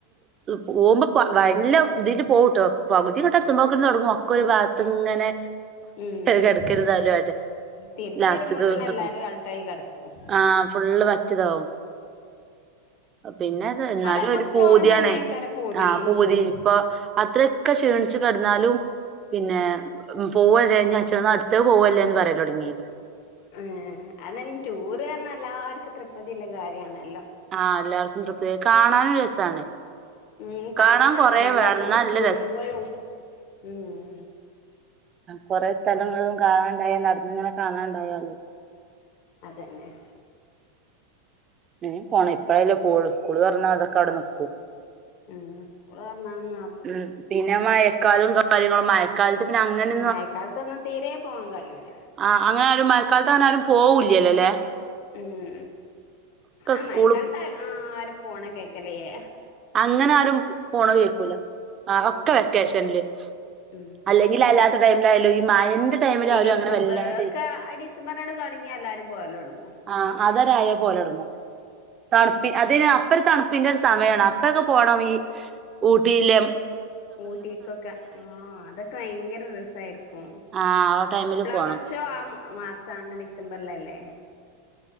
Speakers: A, on the right; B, on the left.
A: പോകുമ്പോ നല്ല ഇതില് പോകുട്ടോ പകുതിങ്ങോട്ടത്തുമ്പോക്ക തുടങ്ങും ഒക്കെ ഒരു ഭാ ഗത്ത് ഇങ്ങനെ
B: ഉം
A: കിടക്കരുതാലുമായിട്ട്,
B: തിരിച്ച്
A: ലാസ്റ്റുക്ക്‌
B: വരുമ്പോത്തിന്
A: എടെത്തും
B: എല്ലാരും അൾട്ടായി കെടക്കും
A: ആഹ് ഫുള്ള് പറ്റിയതാവും, പിന്നെ എന്നാലും
B: നമ്മക്ക്
A: ഒരു പൂതിയണേ
B: പോവാൻ തന്നെക്കാരം പൂതി
A: ആഹ്
B: ഉം
A: പൂതി ഇപ്പൊ, അത്രൊക്കെ ക്ഷീണിച്ചു കിടന്നാലും പിന്നെ പോവല്ലേച്ച അടുത്ത പോവല്ലേ, പറയലൊടങ്ങി,
B: ഏഹ്, അതെ ടൂറ് ന്നർഞ്ഞ എല്ലാർക്കും തൃപതി ള്ള കാര്യണല്ലോ,
A: ആഹ്, എല്ലാർക്കും തൃപ്തിക കാണാനും രസാണ്,
B: ഉം കാണാനും,
A: കാണാൻ കൊറേ
B: എല്ലാരും
A: വേണം
B: കൂടി
A: ഇന്നാ നല്ല
B: കൂടുമ്പോഴും ഉം,
A: കൊറെ സ്ഥലങ്ങളും കാണാണ്ടായ നടന്നിങ്ങനെ കാണാണ്ടായാലേ,
B: അതന്നെ,
A: വേം പോണം ഇപ്പഴല്ലേ പോവൂളളൂ സ്കൂള് തൊറന്ന അതൊക്കെ അവിടെ നിക്കും,
B: ഉം സ്കൂള് തൊർന്ന ന്നാ
A: ഉം പിന്നെ മഴക്കാലം കാര്യങ്ങളും മഴക്കാലത്ത് പിന്നെ അങ്ങനെ,
B: മഴക്കാലതൊന്നും തീരെ പോവാൻ കഴിയൂല,
A: ആ അങ്ങനാരും മഴക്കാലത്ത് അങ്ങനെ ആരും പോവൂ ഇല്ലല്ല
B: മ് ആ
A: സ്കൂള്
B: മയക്കാലത്ത് ആരും പോണം കേക്കല്യെ
A: അങ്ങനെ ആരും പോണ കേക്കൂല ആ
B: ഉം
A: ഒക്കെ വെക്കേഷന്ല്
B: ഉം
A: അല്ലെ ഇ അല്ലാത്ത ടൈമിലായാലോ ഈ മഴന്റെ ടൈമിൽ
B: ഈ
A: ആരും
B: ഡിസംബർ
A: അങ്ങനെ വല്ലാതെ
B: ഒക്കെ ഡിസംബറണ് തൊടങ്ങിയ എല്ലാരും പോയല്ലൊടങ്ങു
A: ആ അതരായ പോലെ ഇടും തണുപ്പി
B: അതന്നെ
A: അതി അപ്പം തണുപ് പിന്നെ ഒരു സമയാണ് അപ്പൊക്കെ പോണം ഈ ഊട്ടിയില്
B: ഊട്ടിക്കൊക്കെ ആ അതൊക്കെ ഭയങ്കര രസായിരിക്കും
A: ആ ആ ടൈമില്
B: ഫ്ലവർ
A: പോണം
B: ഷോ ആ മാസാണ് ഡിസംബറിലല്ലേ